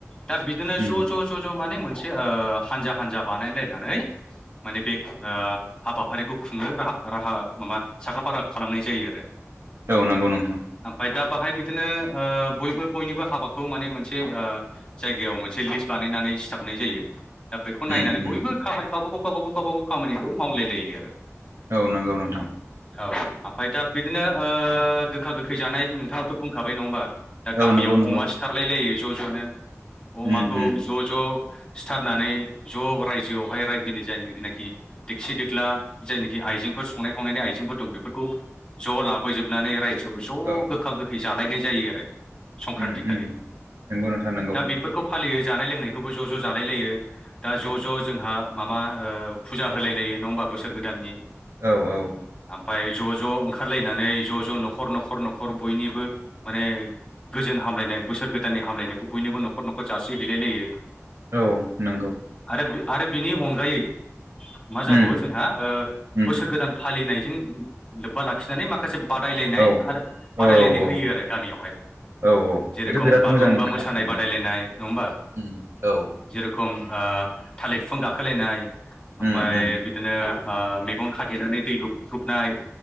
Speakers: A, on the left (about 20°); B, on the right (about 70°).
A: दा बिदिनो
B: उम
A: ज' ज' ज' ज' माने मोनसे ओ हानजा हानजा बानायलायनानै। माने बे ओ हाबाफारिखौ। खुंनो <unintelligible> माबा साखा फारा खालामनाय जायो आरो।
B: औ नंगौ नोंथां।
A: ओमफफ्राय दा बाहाय बिदिनो हो बयबो बयनिबो हाबाखौ माने मोनसे ओ जायगायाव मोनसे लिस्ट बानायनानै सिथाबनाय जायो। दा बेखौ नायनानै
B: उम उम
A: बयबो खामाय गावबागाव गावबागाव गावबागाव खामानिखौ मावलाय लायो आरो
B: औ नंगौ नोंथां।
A: औ ओमफ्राय दा बिदिनो ओ गोखा गोखै जानाय नोंथाङाथ' बुंखाबाय नङा होमबा? दा गामियाव
B: औ नंगौ नंगौ
A: अमा सिथारलाय लायो ज' ज'नो अमाखौ
B: उम उम
A: ज' ज' सिथारनानै ज' रायजोआवहाय रायजोनि जायगोनाखि दिकसि देग्ला जायनाखि आइजेंफोर संनाय खावनायनि आइजेंफोर दं बेफोरखौ ज' लाबोजोबनानै रायजोआव ज' गो
B: औ
A: गोखा गोखै जालायनाय जायो आरो संक्रान्त
B: उम
A: खालि
B: उम नंगौ नोंथां नंगौ
A: दा बेफोरखौ फालियो जानाय लोंनायखौबो ज' ज' जालाय लायो। दा ज' ज' जोंहा माबा ओ फुजा होलाय लायो नङा होमबा बोसोर गोदाननि।
B: औ औ।
A: आमफाय ज' ज' ओंखारलायनानै ज' ज' न'खर न'खर न'खर बयनिबो माने गोजोन हामलायनाय बोसोर गोदाननि हामलायनायखौ बयनोबो न'खर न'खर जासिहैलाय लायो।
B: औ नंगौ।
A: आरो <unintelligible> आरो बिनि अनगायै मा जाबावो
B: उम
A: जोंहा ओ
B: उम
A: बोसोर गोदान फालिनायजों लोब्बा लाखिनानै माखासे बादायलायनाय
B: औ
A: आरो बादायलायनाय
B: औ औ
A: होयो आरो गामियावहाय।
B: औ
A: जेरखम
B: बेथ' बिराद
A: बागुरुम्बा
B: मोजांनि खोथा
A: मोसानाय
B: उम
A: बादायलायनाय नङ हमबा?
B: उम औ
A: जेरखम ओ थालिर फिफां गाखोलायनाय आमफाय
B: उम उम
A: नो ओ मेगन खाथेनानै दैहु बुख्रुबनाय